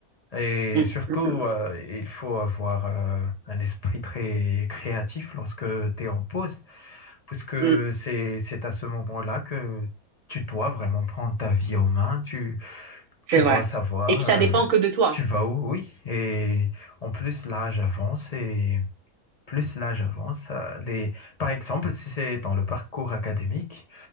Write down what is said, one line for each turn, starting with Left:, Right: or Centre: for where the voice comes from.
Left: Et
Right: Mm,
Left: surtout,
Right: mm,
Left: euh,
Right: mm.
Left: il faut avoir euh, un esprit très créatif lorsque tu es en pause, puisque
Right: Mmh,
Left: c'est, c'est à ce moment-là que tu dois vraiment prendre ta vie en main, tu,
Right: c'est
Left: tu
Right: vrai.
Left: dois savoir,
Right: Et que ça
Left: euh,
Right: dépend que de toi.
Left: tu vas où, oui. Et en plus, l'âge avance et plus l'âge avance, euh, les... par exemple, si c'est dans le parcours académique,